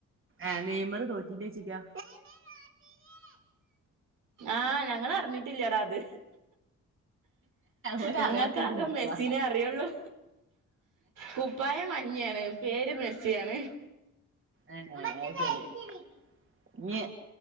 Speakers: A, on the right; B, on the right.
A: ആഹ് നെയ്മറ് തോറ്റില്ലേയ്ച്ചോക്കിയാ
B: ആഹ് ഞങ്ങളറിഞ്ഞിട്ടില്ലടാ അത്
A: ഒരറിയാത്തവര്
B: ഞങ്ങക്ക് ആകെ
A: നിക്കുക
B: മെസ്സിനെ അറിയുള്ളു കുപ്പായം മഞ്ഞയാണ് പേര് മെസ്സിയാണ്
A: ഏഹ് ഏഹ് അത് ശരി ഇനീ